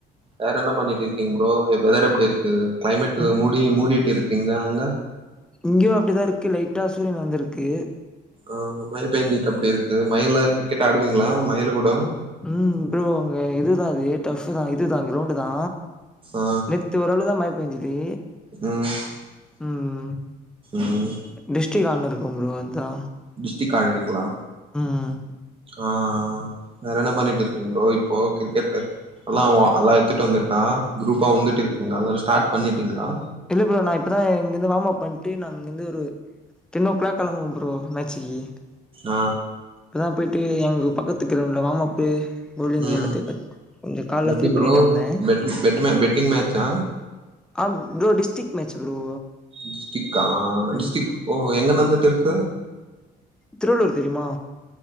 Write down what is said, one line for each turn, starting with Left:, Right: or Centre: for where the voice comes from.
Right: வேற என்ன பண்ணி இருக்கீங்க ஃப்ரோ வெதர் எப்டி இருக்கு கிளைமேட்
Centre: ம்
Right: மூடி மூடிட்டு இருக்கிங் அங்க
Centre: இங்கியு அப்டிதா இருக்கு லைட்டா சூரியன் வந்திருக்கு
Right: ஆ மழ பேஞ்சிட் அப்டி இருக்கு மழில கிரிக்கெட் ஆடுவீங்களா மழில கூட
Centre: ம் ஃப்ரோ அங்க இது தா அது டஃப்பு தா இது தா கிரௌண்ட் தா
Right: ஆ
Centre: நெத்து ஓரளவுதா மழ பெஞ்சுது
Right: ம்
Centre: ம் ம்
Right: ம்
Centre: டிஸ்டிக் ‌ஆடுணு இருக்கு ஃப்ரோ அதா
Right: டிஸ்டிக் காடுறீங்களா
Centre: ம்
Right: ஆஹ வேற என்ன பண்ணிட்டு இருக்கீங்க ஃப்ரோ இப்போ கிரிக்கெட்டு அல்லா அல்லா எடுத்ட் வந்திருக்கா குரூப்பா வந்துட்டு இருக்கிங் எல்லா ஸ்டார்ட் பண்ணிட்டிங்களா
Centre: இல்ல ஃப்ரோ நா இப்பதா இங்கிருந் வார்ம் அப் பண்ட்டு நாங்கிந்து ஒரு டென் ஓ கிளாக் கெளம்புவோ ஃப்ரோ மேச்சிக்கு
Right: ஆ
Centre: இப்பதா போய்ட்டு எங்க பக்கத்து கிரவுண்டுல வாம் அப்பு பவ்லிங்
Right: ம்
Centre: எல்லாத்தையு கத் கொஞ்சோ கால்ல
Right: எப்டி
Centre: ஃப்ரீ பண்ணிட்டு
Right: ப்ரோ
Centre: வந்த
Right: பெட் பெட் பெட்டிங் மேட்சா
Centre: ஆ ப்ரோ டிஸ்டிக் மேச் ப்ரோ
Right: டிஸ்டிக்கா
Centre: ம்
Right: டிஸ்டிக் ஓ எங்க நந்துட்ருக்கு
Centre: திருவள்ளூர் தெரிமா